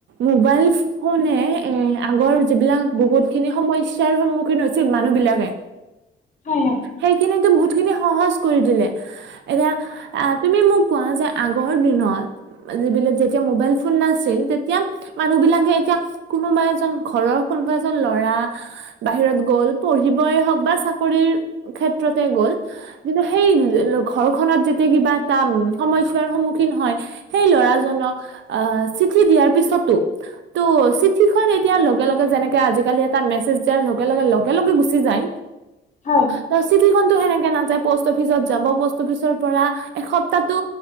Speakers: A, on the right; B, on the left.
A: মোবাইল ফোনে এ আগৰ যিবিলাক বহুত খিনি সমস্যাৰ সন্মুখীন হৈছিল মানুহ বিলাকে।
B: হয় হয়।
A: সেইখিনিতো বহুত খিনি সহজ কৰি দিলে। এতিয়া আহ তুমি মোক কোৱা যে আগৰ দিনত যিবিলা যেতিয়া মোবাইল ফোন নাছিল তেতিয়া মানুহবিলাকে এতিয়া কোনোবা এজন ঘৰৰ কোনোবা এজন ল'ৰা বাহিৰত গ'ল পঢ়িবই হওঁক বা চা কৰিৰ ক্ষেত্ৰতে গ'ল কিন্তু সেই ঘৰখনত যেতিয়া কিবা এটা সমস্যাৰ সন্মুখীন হয় সেই ল'ৰাজনক অ', চিঠি দিয়াৰ পিছতো ত' চিঠিখন এতিয়া লগে লগে যেনেকে আজাকালি এটা মেচেজ দিয়া লগে লগে লগে লগে গুচি যায়।
B: হয়।
A: ত' চিটিখনটো সেনেকে নাযায় পষ্ট অফিচত যাব পষ্ট অফিচৰ পৰা এসপ্তাহটো